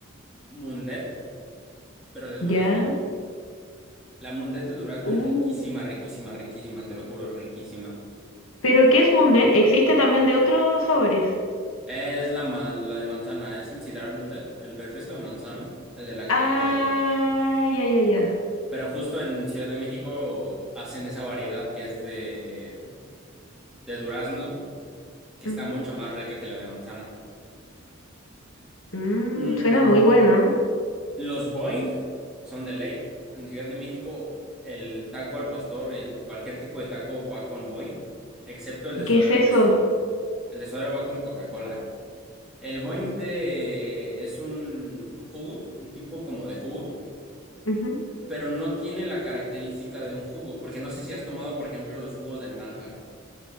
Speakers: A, in the centre; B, on the left.
A: Mundet, pero de durazno.
B: ya.
A: La mundet de durazno
B: Uh.
A: es riquísima, riquísima, riquísima, te lo juro, riquísima.
B: ¿Pero qué es Mundet? ¿Existe también de otros sabores?
A: Es la, ma- la de manzana, es el sidral mundet, el refresco de manzana, el de la Coca-Cola.
B: Ah, ya, ya, ya.
A: Pero justo en Ciudad de México hacen esa variedad que es de, de durazno, que
B: Ujú.
A: está mucho más rica que la de manzana.
B: Mm,
A: Mm,
B: suena muy bueno.
A: los Boing son de ley. En Ciudad de México, el taco al pastor y el, cualquier tipo de taco va con Boing, excepto el de suadero.
B: ¿Qué es eso?
A: El de, su- el de suadero va con Coca-Cola. El Boing de- es un jugo, un tipo como de jugo,
B: Ujú.
A: pero no tiene la característica de un jugo, porque no sé si has tomado, por ejemplo, los jugos de naranja.